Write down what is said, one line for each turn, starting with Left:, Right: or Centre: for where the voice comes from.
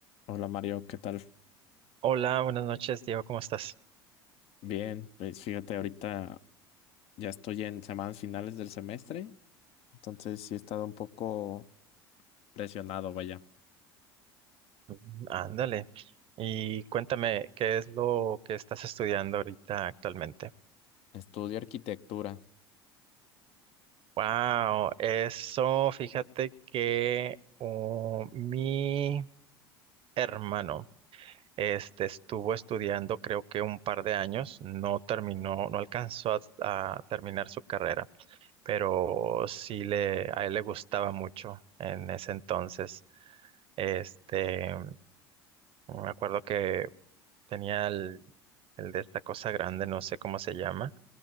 Left: Hola Mario, ¿qué tal?
Right: Hola, buenas noches, Diego, ¿cómo estás?
Left: Bien, pues fíjate, ahorita ya estoy en semanas finales del semestre, entonces sí he estado un poco presionado, vaya.
Right: Mm, Ándale. Y cuéntame, ¿qué es lo que estás estudiando ahorita actualmente?
Left: Estudio arquitectura.
Right: Wow, eso, fíjate que oh, mi hermano este, estuvo estudiando creo que un par de años, no terminó, no alcanzó a, a terminar su carrera, pero sí le, a él le gustaba mucho en ese entonces. Este, me acuerdo que Tenía el, el de esta cosa grande, no sé cómo se llama,